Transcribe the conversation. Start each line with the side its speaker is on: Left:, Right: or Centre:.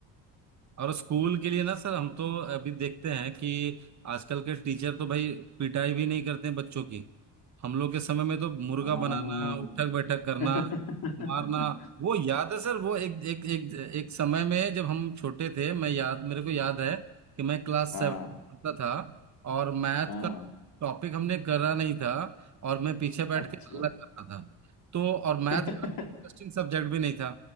Right: और स्कूल के लिए ना सर हम तो अभी देखते हैं कि आजकल के टीचर तो भाई पिटाई भी नहीं करते बच्चों की हम लोग के समय में तो मुर्गा
Left: हाँ
Right: बनाना उठक बैठक करना
Left: <laughs>
Right: मारना वो याद है सर वो एक एक एक एक समय में जब हम छोटे थे मैं याद मेरे को याद है कि मैं क्लास
Left: हाँ
Right: सेवन पढ़ता था और मैथ
Left: हाँ
Right: का टॉपिक हमने करा नहीं था और मैं पीछे बैठ
Left: अच्छा
Right: के हल्ला कर रहा था तो और
Left: <laughs>
Right: मैथ का इंटरेस्टिंग सब्जेक्ट भी नहीं था